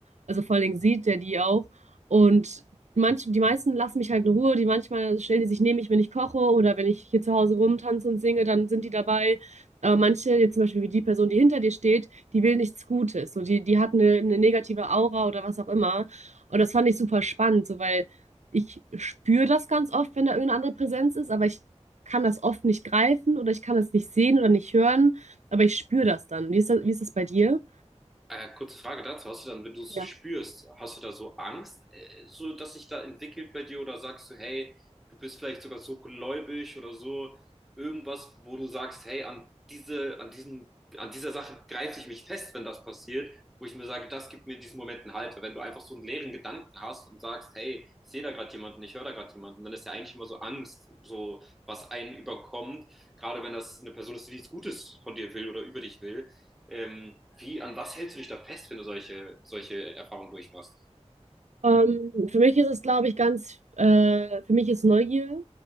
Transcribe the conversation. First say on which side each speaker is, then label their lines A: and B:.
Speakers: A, on the right (about 80°); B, in the centre.
A: Also, vor allen Dingen sieht er die auch. Und manch, die meisten lassen mich halt in Ruhe. Die manchmal stellen die sich neben mich, wenn ich koche oder wenn ich hier zu Hause rumtanze und singe, dann sind die dabei. Aber manche, jetzt zum Beispiel wie die Person, die hinter dir steht, die will nichts Gutes. So, die, die hat eine, eine negative Aura oder was auch immer. Und das fand ich super spannend, so, weil ich spüre das ganz oft, wenn da irgendeine andere Präsenz ist, aber ich kann das oft nicht greifen oder ich kann es nicht sehen oder nicht hören, aber ich spüre das dann. Wie ist das, wie ist das bei dir?
B: Äh, kurze Frage dazu. Hast du dann, wenn du es so
A: Ja.
B: spürst, hast du da so Angst, äh, so dass sich da entwickelt bei dir oder sagst du, hey, du bist vielleicht sogar so gläubig oder so irgendwas, wo du sagst, hey, an diese, an diesen, an dieser Sache greife ich mich fest, wenn das passiert, wo ich mir sage, das gibt mir in diesen Momenten Halt. Weil Wenn du einfach so einen leeren Gedanken hast und sagst, hey, ich sehe da gerade jemanden, ich höre da gerade jemanden, dann ist ja eigentlich immer so Angst, so was einen überkommt, gerade wenn das eine Person ist, die nichts Gutes von dir will oder über dich will. Ähm, wie, an was hältst du dich da fest, wenn du solche, solche Erfahrungen durchmachst?
A: Ähm, für mich ist es, glaube ich, ganz, äh, für mich ist Neugier.